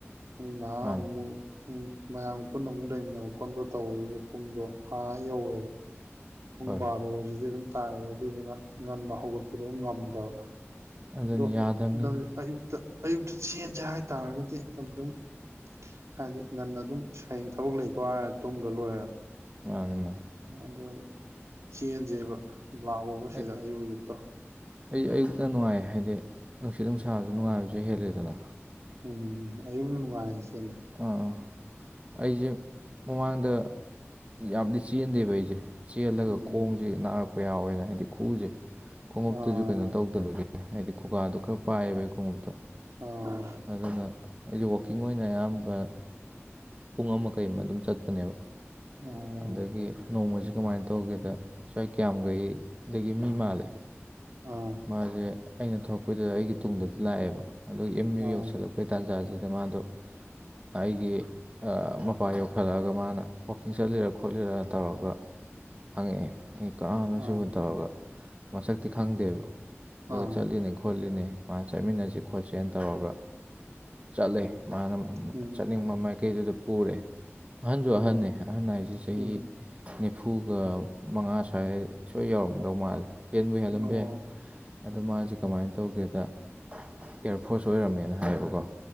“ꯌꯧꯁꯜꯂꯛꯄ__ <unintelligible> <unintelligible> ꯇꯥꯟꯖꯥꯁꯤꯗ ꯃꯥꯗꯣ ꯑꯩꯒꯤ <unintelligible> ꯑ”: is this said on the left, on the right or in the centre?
Right